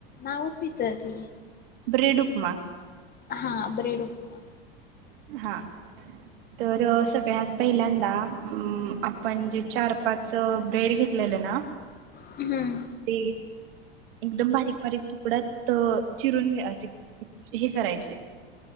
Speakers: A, on the left (about 30°); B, on the right (about 65°).
A: नावच विसरली
B: ब्रेड उपमा
A: हा ब्रेड उपमा
B: हा तर सगळ्यात पहिल्यांदा अं आपण जे चार पाच ब्रेड घेतलेले ना
A: हू
B: ते एकदम बारीक बारीक तुकड्यात चिरून घ असे हे करायचे